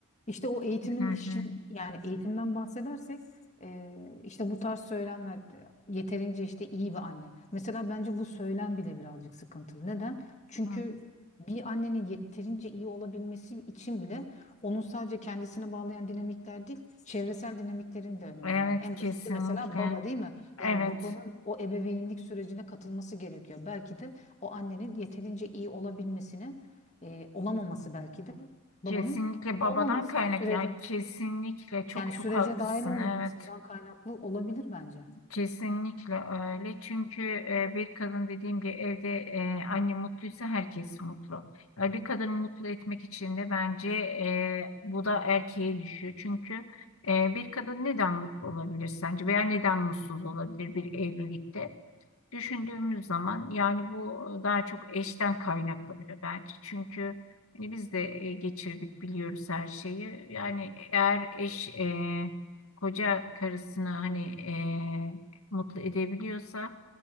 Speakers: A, on the left; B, on the left.
A: İşte o eğitimin
B: Hı
A: işin
B: hı,
A: yani eğitimden bahsedersek e, işte bu tarz söylemler de yeterince işte iyi bir anne. Mesela bence bu söylem bile birazcık sıkıntılı. Neden? Çünkü
B: hı hı.
A: bir annenin yeterince iyi olabilmesi için bile onun sadece kendisine bağlayan dinamikler değil, çevresel dinamiklerin de önemi
B: Evet
A: var. En
B: kesinlikle.
A: basiti mesela baba değil mi? Yani
B: Evet.
A: babanın o ebeveynlik sürecine katılması gerekiyor. Belki de o annenin yeterince iyi olabilmesini, e, olamaması belki de babanın
B: Kesinlikle babadan
A: olmaması
B: kaynak
A: sürece
B: ya kesinlikle çok
A: yani sürece
B: çok haklısın
A: dahil olmamasından
B: evet
A: kaynaklı olabilir bence.
B: kesinlikle öyle çünkü e, bir kadın dediğim gibi evde e, anne mutluysa herkes mutlu. Yani bir kadını mutlu etmek için de bence e, bu da erkeğe düşüyor çünkü e, bir kadın neden mutlu olabilir sence veya neden mutsuz olabilir bir evlilikte? düşündüğümüz zaman yani bu e, daha çok eşten kaynaklanıyor bence. Çünkü hani biz de e, geçirdik biliyoruz her şeyi. Yani eğer eş e, koca karısını hani e, mutlu edebiliyorsa